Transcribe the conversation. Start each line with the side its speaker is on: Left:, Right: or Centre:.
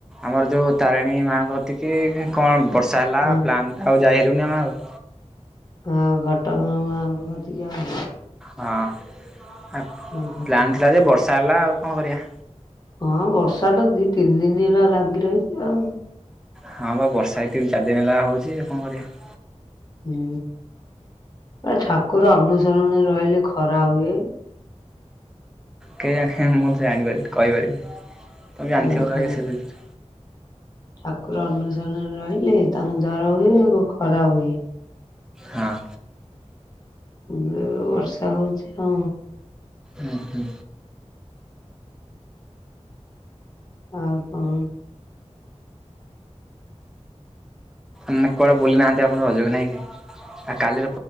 Centre: ଆମର ଯୋଉ ତାରିଣୀ ମାଙ୍କ କତିକି କଣ ବର୍ଷା ହେଲା
Left: ହଁ
Centre: ପ୍ଲାନ୍ ଆଉ ଯାଇ ହେଲୁନି ଆମେ ଆଉ
Left: ଆଉ ଘଟଗାଁ ମା ଙ୍କ କତିକି ଆଉ
Centre: ହଁ
Left: ଓହୋ।
Centre: ପ୍ଲାନ୍ ଥିଲା ଯେ ବର୍ଷା ହେଲା ଆଉ କଣ କରିବା।
Left: ହଁ ବର୍ଷା ଟା ଦି ତିନି ଦିନ ହେଲା ଲାଗି ରହିଛି ଆଉ।
Centre: ହଁ ବା ବର୍ଷା ଏଇ ତିନି ଚାରି ଦିନ ହେଲା ହଉଛି, କଣ କରିବା?
Left: ହୁଁ, ପା ଠାକୁର ଅନୁସରଣରେ ରହିଲେ ଖରା ହୁଏ।
Centre: କେହିଜାଣି ମୁଁ ଜାଣିପାରି କହିପାରିବିନି ତମେ ଜାଣିଥିବ
Left: ଉଁ ହୁଁ
Centre: କାଳେ ସେ ବି <unintelligible>
Left: ଠାକୁର ଅନୁସରଣରେ ରହିଲେ ତାଙ୍କୁ ଜର ହୁଏ ଆଉ ଖରା ହୁଏ।
Centre: ହଁ।
Left: ଏବେ ଯୋଉ ବର୍ଷା ହଉଛି ହଁ।
Centre: ଉଁ ହୁଁ
Left: ଆଉ କଣ?
Centre: ମାନେ କୁଆଡେ ବୁଲି ନାହାନ୍ତି ଆପଣ ରଜକୁ ନାଇଁ କି ଆଉ କାଲି